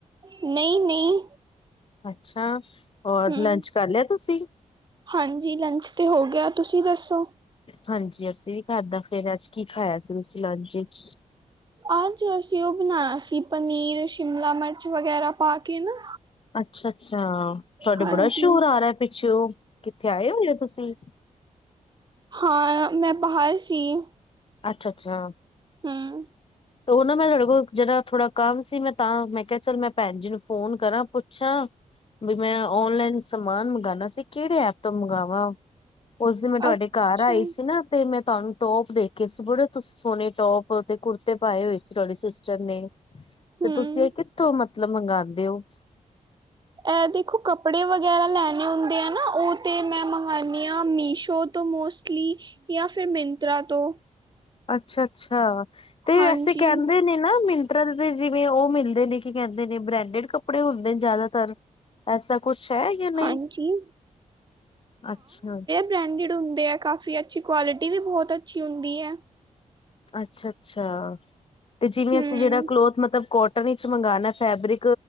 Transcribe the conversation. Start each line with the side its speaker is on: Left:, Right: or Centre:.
Right: ਨਹੀਂ-ਨਹੀਂ
Left: ਅੱਛਾ। ਹੌਰ
Right: ਹੂੰ,
Left: ਲੰਚ ਕਰ ਲਿਆ ਤੁਸੀਂ?
Right: ਹਾਂਜੀ ਲੰਚ 'ਤੇ ਹੋ ਗਿਆ ਤੁਸੀਂ ਦੱਸੋ?
Left: ਹਾਂਜੀ ਅਸੀਂ ਵੀ ਖਾਧਾ ਫਿਰ ਅੱਜ ਕੀ ਖਾਇਆ ਸੀ ਤੁਸੀਂ ਲੰਚ ਵਿੱਚ?
Right: ਅੱਜ ਅਸੀਂ ਉਹ ਬਣਾਇਆ ਸੀ ਪਨੀਰ, ਸ਼ਿਮਲਾ ਮਿਰਚ ਵਗੈਰਾ ਪਾ ਕੇ ਨਾ।
Left: ਅੱਛਾ-ਅੱਛਾ ਤੁਹਾਡੇ
Right: ਹਾਂਜੀ,
Left: ਬੜਾ ਛੋਰ ਆ ਰਿਹਾ ਪਿੱਛੇਓ, ਕਿੱਥੇ ਆਏ ਹੋਏ ਓ ਤੁਸੀਂ?
Right: ਹਾਂ ਮੈਂ ਬਾਹਰ ਸੀ।
Left: ਅੱਛਾ-ਅੱਛਾ।
Right: ਹੂੰ
Left: ਤੇ ਉਹ ਨਾ ਮੈਂ ਤੁਹਾਡੇ ਕੋਲ ਜਰਾ ਥੋੜਾ ਕੰਮ ਸੀ ਮੈਂ ਤਾਂ ਮੈਂ ਕਿਹਾ ਚੱਲ ਮੈਂ ਭੈਣ ਜੀ ਨੂੰ ਫੋਨ ਕਰਾਂ ਪੁੱਛਾਂ। ਬਈ ਮੈਂ ਓਨਲਾਈਨ ਸਮਾਨ ਮੰਗਵਾਉਣਾ ਸੀ, ਕਿਹੜੇ ਐਪ ਤੋਂ ਮੰਗਵਾਵਾ। ਉਸ ਦਿਨ ਮੈਂ ਤੁਹਾਡੇ
Right: ਅੱਛਾ,
Left: ਘਰ ਆਈ ਸੀ ਨਾ। ਤੇ ਮੈਂ ਤੁਹਾਨੂੰ ਟੋਪ ਦੇਖੇ ਸੀ ਬੜੇ ਤੁ ਸੋਹਣੇ ਟੋਪ ਤੇ ਕੁੜ। ਤੇ ਪਾਏ ਹੋਏ ਸੀ ਤੁਹਾਡੀ ਸਿਸਟਰ ਨੇ ਤੇ,
Right: ਹੂੰ
Left: ਤੁਸੀਂ ਇਹ ਕਿੱਥੋਂ ਮਤਲਬ ਮੰਗਵਾਉਂਦੇ ਹੋ।
Right: ਐਹ ਦੇਖੋ ਕੱਪੜੇ ਵਗੈਰਾ ਲੈਣੇ ਹੁੰਦੇ, ਆ ਨਾ ਉਹ ਤੇ ਮੈਂ ਮੰਗਾਉਂਦੀ ਹਾਂ ਮੀਸ਼ੋ। ਤੋਂ ਮੋਸਟਲੀ ਜਾਂ ਫੇਰ ਮਿੰਤਰਾ ਤੋਂ।
Left: ਅੱਛਾ -ਅੱਛਾ ਤੇ
Right: ਹਾਂਜੀ
Left: ਵੈਸੇ, ਕਹਿੰਦੇ ਨੇ ਨਾ ਮਿੰ। ਤਰਾਂ ਦੇ ਜਿਵੇਂ ਉਹ ਮਿਲਦੇ ਨੇ ਕੀ ਕਹਿੰਦੇ ਨੇ, ਬ੍ਰੈਂਡਡ ਕੱਪੜੇ ਹੁੰਦੇ ਨੇ ਜ਼ਿਆਦਾਤਰ। ਐਸਾ ਕੁਛ ਹੈ, ਜਾਂ ਨਹੀ,
Right: ਹਾਂਜੀ
Left: ਅੱਛਾ।
Right: ਬ੍ਰੈਂਡਡ ਹੁੰਦੇ, ਕਾਫੀ ਅੱਛੀ ਕੁਆਲਿਟੀ ਵੀ ਬਹੁਤ ਅੱਛੀ ਹੁੰਦੀ ਹੈ।
Left: ਅੱਛਾ-ਅੱਛਾ ਤੇ ਜਿਵੇਂ,
Right: ਹਮ
Left: ਅਸੀਂ ਜਿਹੜਾ ਕਲੋਥ ਮਤਲਬ ਕੋ। ਵਿੱਚ ਮੰਗਉਣਾ ਫੈਬਰਿਕ